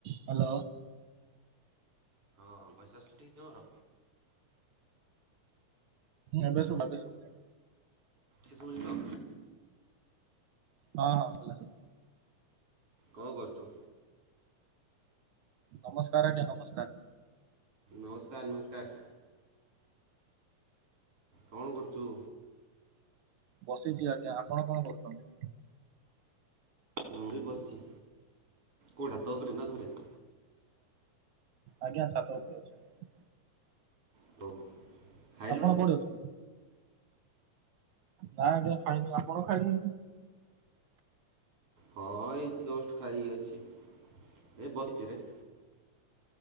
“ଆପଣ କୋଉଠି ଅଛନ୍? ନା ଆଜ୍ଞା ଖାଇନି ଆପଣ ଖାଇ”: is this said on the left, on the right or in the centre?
Right